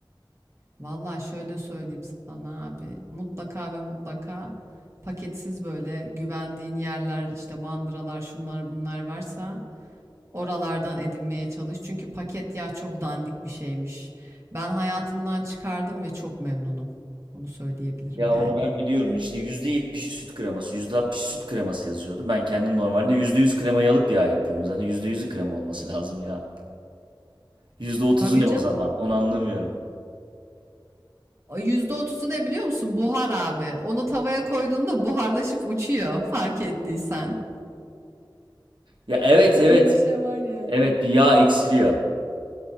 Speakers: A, on the right; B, on the right.
A: Vallahi şöyle söyleyeyim sana abi. Mutlaka ve mutlaka paketsiz böyle güvendiğin yerler işte mandıralar şunlar bunlar varsa Oralardan edinmeye çalış. Çünkü paket yağ çok dandik bir şeymiş. Ben hayatımdan çıkardım ve çok memnunum. Onu söyleyebilirim
B: Ya
A: yani.
B: onu ben biliyorum. İşte %70'i süt kreması, %60'ı süt kreması yazıyordu. Ben kendim normalde %100 kremayı alıp yağ yapıyorum. Zaten yüzde yüzü krema olması lazım ya. Yüzde otuzu
A: Tabii
B: ne
A: canım.
B: o zaman? Onu anlamıyorum.
A: O %30'u ne biliyor musun? Buhar abi. Onu tavaya koyduğunda buharlaşıp uçuyor, fark ettiysen.
B: Ya evet
A: Böyle
B: evet.
A: bir şey var yani.
B: Evet bir yağ eksiliyor.